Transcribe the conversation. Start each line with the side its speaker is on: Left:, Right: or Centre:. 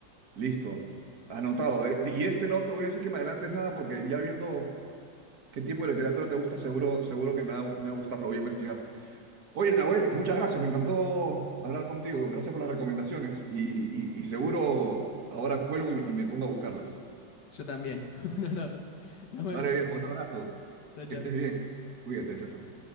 Right: Listo, anotado. De- Y este no te voy a decir que me adelantes nada porque ya viendo qué tipo de literatura te gusta, seguro, seguro que me va, me va a gustar, lo voy a investigar. Oye, Nahuel, muchas gracias, me encantó hablar contigo. Gracias por las recomendaciones y, y- y seguro ahora cuelgo y y me pongo a buscarlas.
Left: Yo también, <laughs> un honor. Nos vemos.
Right: Vale, viejo, un abrazo.
Left: Chao, chao.
Right: Que estés bien. Cuídate, chao, chao.